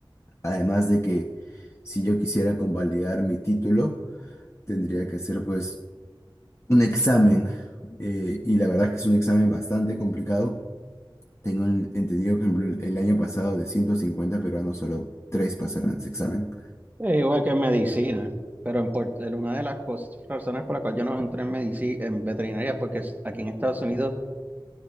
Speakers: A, on the left; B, on the right.
A: Además de que si yo quisiera convalidar mi título, tendría que hacer pues un examen. eh, y la verdad es que es un examen bastante complicado tengo en- entendido que por ejemplo, el el año pasado de 150 peruanos solo 3 pasaron ese examen.
B: Eh, igual que en medicina, pero en Puert- el- una de las cos- razones por las cuales yo no entré en medicina, en veterinaria, es porque es- aquí en Estados Unidos,